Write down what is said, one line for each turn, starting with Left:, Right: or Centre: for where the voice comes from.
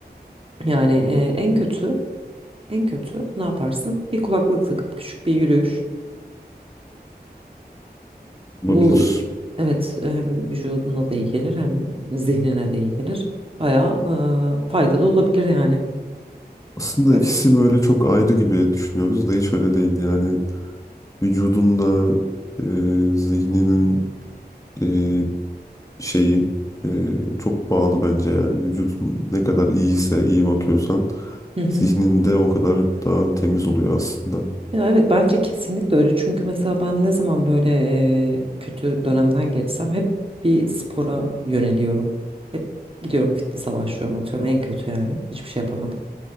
Right: Yani e, en kötü en kötü ne yaparsın? Bir kulaklık takıp küçük bir yürüyüş.
Left: Olabilir.
Right: Bu evet hem vücuduna da iyi gelir hem zihnine de iyi gelir. Bayağı e, faydalı olabilir yani.
Left: Aslında
Right: Böyle.
Left: ikisi böyle çok ayrı gibi düşünüyoruz da hiç öyle değil. Yani vücudunla e, zihninin e, şeyi e, çok bağlı bence yani. Vücudun ne kadar iyiyse, iyi bakıyorsan
Right: Hı hı.
Left: zihnin de o kadar daha temiz oluyor aslında.
Right: Ya evet bence kesinlikle öyle. Çünkü mesela ben ne zaman böyle e, kötü dönemden geçsem hep bir spora yöneliyorum. Hep gidiyorum fitness'a başlıyorum atıyorum en kötü yani. Hiçbir şey yapamadım.